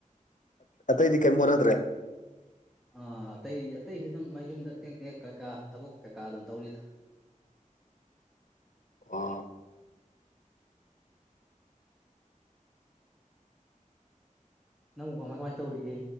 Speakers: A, on the left; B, in the centre.
A: ꯑꯇꯩꯗꯤ ꯀꯩꯝ ꯍꯣꯠꯅꯗ꯭ꯔꯦ
B: ꯑꯥ ꯑꯇꯩ ꯑꯇꯩꯁꯨ ꯑꯗꯨꯝ ꯃꯌꯨꯝꯗ ꯇꯦꯛ ꯇꯦꯛ ꯀꯩꯀꯥ ꯊꯕꯛ ꯀꯩꯀꯥ ꯑꯗꯨꯝ ꯇꯧꯔꯤꯗ
A: ꯑꯣ
B: ꯅꯪ ꯀꯥꯃꯥꯏ ꯀꯃꯥꯏꯅ ꯇꯧꯔꯤꯒꯦ